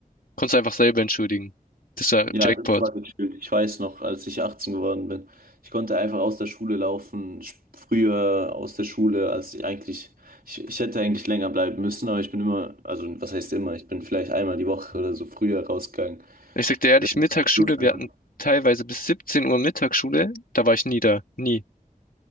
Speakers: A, on the left; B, on the right.
A: konntest du einfach selber entschuldigen. Das war
B: Ja,
A: Jackpot.
B: das war gechillt. Ich weiß noch, als ich 18 geworden bin. Ich konnte einfach aus der Schule laufen, sch- früher aus der Schule, als ich eigentlich, ich, ich hätte eigentlich länger bleiben müssen, aber ich bin immer, also was heißt immer, ich bin vielleicht einmal die Woche oder so früher rausgegangen.
A: Ich sag dir ehrlich,
B: wenn ich
A: Mittagsschule,
B: Lust hatte.
A: wir hatten teilweise bis 17 Uhr Mittagsschule, da war ich nie da. Nie.